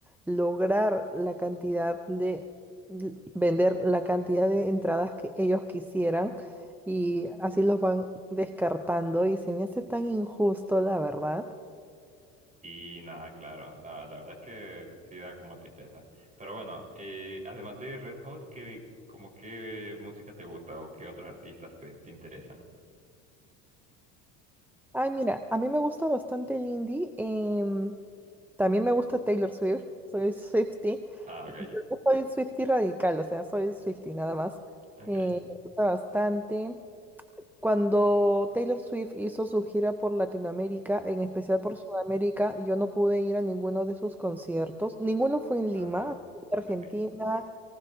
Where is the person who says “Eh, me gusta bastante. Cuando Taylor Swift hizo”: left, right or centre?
Centre